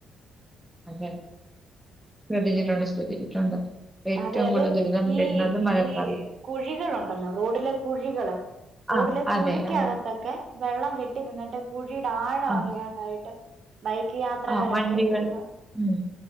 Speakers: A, in the centre; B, on the right (about 60°).
A: അതെ ശ്രദ്ധിച്ചിട്ടുണ്ട് ശ്രദ്ധിച്ചിട്ടുണ്ട് ഏറ്റവും
B: അതെ അത്
A: കൂടുതൽ ദുരിതം
B: ഈ
A: വരുന്നത് മഴക്കാലത്ത്.
B: ഈ കുഴികളുണ്ടല്ലോ റോഡിലെ കുഴികള് റോഡിലെ
A: ആ,
B: കുഴിക്കകത്തൊക്കെ
A: അതെ, അതെ.
B: വെള്ളം കെട്ടി നിന്നിട്ട് കുഴിയുടെ ആഴം
A: ആ,
B: അറിയാണ്ടായി ട്ട് ബൈക്ക് യാത്രകാരൊക്കെ
A: ആ വണ്ടികള്
B: ഒരുപാട്
A: ഉം.